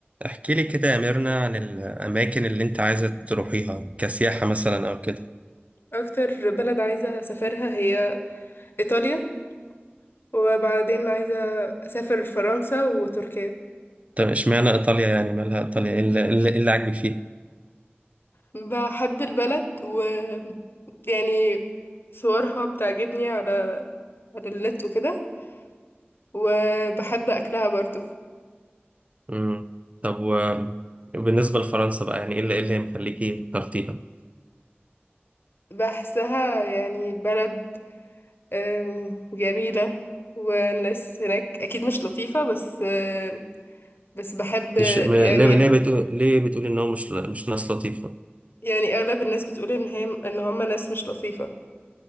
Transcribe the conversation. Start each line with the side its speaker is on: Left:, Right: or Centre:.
Right: احكي لي كده يا ميرنا عن الأماكن اللي أنت عايزة تروحيها كسياحة مثلا أو كده
Left: اكتر بلد عايزة اسافرها هي ايطاليا وبعدين عايزة اسافر فرنسا وتركيا
Right: طب اشمعنى إيطاليا يعني مالها إيطاليا إيه اللي, إيه اللي إيه اللي عاجبك فيه؟
Left: بحب البلد و يعني صورها بتعجبني على على النت وكده وبحب اكلها برضو
Right: مم. طب و- وبالنسبة لفرنسا بقى يعني إيه اللي, إيه اللي مخليكي اخترتيها؟
Left: بحسها يعني بلد أم، جميلة والناس هناك اكيد مش لطيفة بس أم، بس بحب
Right: مش م-
Left: يعني
Right: ليه ليه بتقول ليه بتقولي إن هو مش ل- مش ناس لطيفة؟
Left: يعني اغلب الناس بتقول ان هي ان هم ناس مش لطيفة